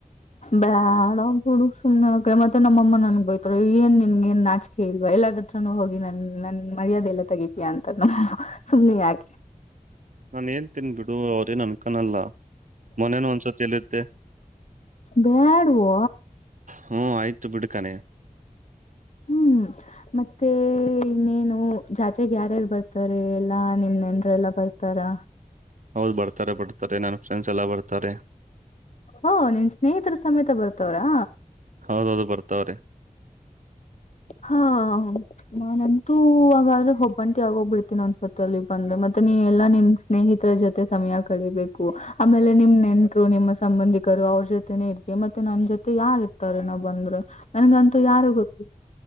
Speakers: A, on the left; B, on the right.
A: ಬೇಡ ಹುಡು ಸುಮ್ಮನೆ ಮತ್ತೆ ನಮ್ಮ ನನ್ಗ್ ಬಯತ ಏನ್ ನಿನ್ಗ ನ್ ನಾಚಕೆ ಇಲ್ವಾ ಎಲ್ಲಾದತ್ರನುೂ ಹೋಗಿ ನನ್ ನನ್ ಮರ್ಯಾದೆ ಎಲ್ಲ ತೆಗಿತಿಯಯ ಅಂತ ನ ಸುಮ್ನೆ ಯಾಕೆ
B: ನಾನ ಏನ್ ತಿನ್ ಬಿಡು ಅವರೇನ್ ಅನ್ಕನಲ್ಲ ಮನೇನ ಒಂದ್ಸತಿ ಹೇಳಿದ್ದೆ
A: ಬ್ಯಾಡುವ
B: ಹ್ಮ ಆಯ್ತು ಬಿಡ್ಕಾನೆ
A: ಹ್ಮ್ ಹ್ಮ ಮತ್ತೆ ಇನ್ನೇನು ಜಾತ್ರೆೆಗೆ ಯಾರ್ಯಾರ್ು ಬರ್ತಾರೆ ಎಲ್ಲಾ ನಿಮ್ ನೆನ್ರೆಲ್ಲ ಬರ್ತಾರಾ
B: ಹೌದ್ ಬರ್ತಾರೆ ಬರ್ತಾರೆ ನನ್ನ ಫ್ರೆಂಡ್ಸ್ ಎಲ್ಲ ಬರ್ತಾರೆ
A: ಓ ನಿನ್ ಸ್ನೇಹಿತರ ಸಮೇತ ಬರ್ತವ್ರಾ
B: ಹೌದೌದು ಬರ್ತವ್ರೆ
A: ಹಾ ನಾನಂತೂ ಆಾದ್ರೆ ಒಬ್ಬಂಟಿ ಆಗೋಗ್ಬಿಡ್ತೀನಿ ಅನ್ಸತ್ತ ಅಲ್ಲಿ ಬಂದ್ರೆ ಮತ್ತೆ ನೀ ಎಲ್ಲ ನಿಮ್ಮ ಸ್ನೇಹಿತರ ಜೊತೆ ಸಮಯ ಕಡಿಬೇಕು ಆಮೇಲೆ ನಿಮ್ ನೆಂಟ್ರು ನಿಮ್ಮ ಸಂಬಂಧಿ ಗರು ಅವ್ರ ಜೊತೆನೆೇ ಇರ್ತಿ ಮತ್ತೆ ನನ್ ಜೊತೆ ಯಾರ್ು ಇರ್ತಾರ ನ ಬಂದ್ರೆ ನನ್ಗಂತೂ ಯಾರು ಗೊತ್ತ